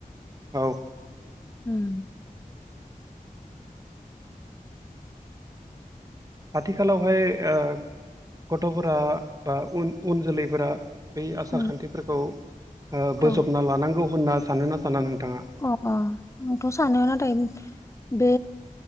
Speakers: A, on the right; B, on the left.
A: औ।
B: ओम।
A: आथिखालाव हाय ओ गथ'फोरा बा उन उन जोलैफोरा। बै आसार
B: उम
A: खान्थिफोरखौ ओ बोजबना
B: अ
A: लानांगौ होनना सानो ना साना नोंथाङा?
B: <unintelligible> आंथ' सानो नाथाय बे